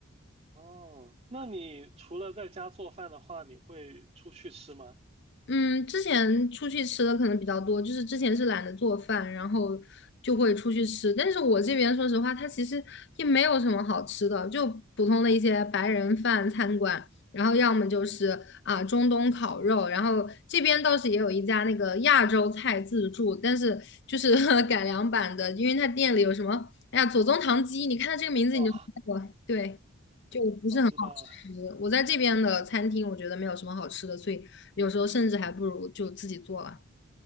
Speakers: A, on the right; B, on the left.
A: 哦，那你除了在家做饭的话，你会出去吃吗？
B: 嗯，之前出去吃的可能比较多，就是之前是懒得做饭，然后就会出去吃。但是我这边说实话，它其实也没有什么好吃的，就普通的一些白人饭餐馆，然后要么就是啊中东烤肉，然后这边倒是也有一家那个亚洲菜自助，但是就是 <laughs> 改良版的，因为它店里有什么，哎呀左宗棠鸡，你看它这个名字你就知道了，
A: 哦，
B: 对。就不是很好吃。
A: 我知道了，
B: 我在这边的餐厅，我觉得没有什么好吃的，所以有时候甚至还不如就自己做了。